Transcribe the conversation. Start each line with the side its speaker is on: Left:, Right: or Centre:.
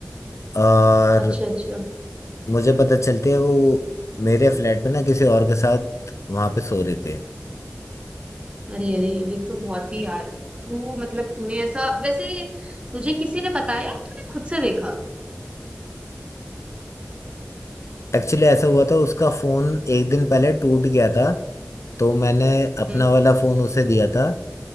Left: और
Right: अच्छा अच्छा
Left: मुझे पता चलती है वो मेरे फ्लैट पे ना किसी और के साथ वहां पे सो रही थी
Right: अरे अरे ये तो बहुत ही यार तू मतलब तूने ऐसा वैसे तुझे किसी ने बताया तूने खुद से देखा
Left: एक्चुअली ऐसा हुआ था उसका फोन एक दिन पहले टूट गया था तो मैंने अपना
Right: हम्म
Left: वाला फोन उसे दिया था